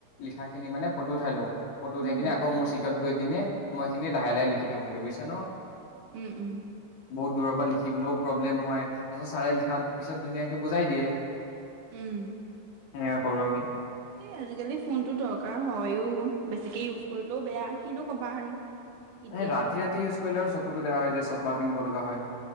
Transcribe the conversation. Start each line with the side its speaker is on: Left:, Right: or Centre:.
Left: লিখাখিনি মানে ফটো উঠাই লওঁ। ফটো উঠে
Right: উম
Left: কিনে চিটত গৈ কিনে মইখিনি লাহে-লাহে লিখি থাকোমগে বুজছ ন?
Right: উম-উম
Left: বহুত দূৰ পৰা লিখিবলৈও প্ৰব্লেম হয়, তাৰ পাছত ছাৰে লিখা পিছত ধুনীয়াকে বুজাই দিয়ে।
Right: উম,
Left: সেনেকা কৰো আমি
Right: এই আজিকালি ফোনটো দৰকাৰ হয়ো। বেছিকে ইউজ কৰিলেও বেয়া কিনো ক'বা আৰু। এতিয়া
Left: এ ৰাতি-ৰাতি ইউজ কৰিলে আৰু চকুত টো বেয়া হয় যে, চশমা পিন্ধিব লগা হয়।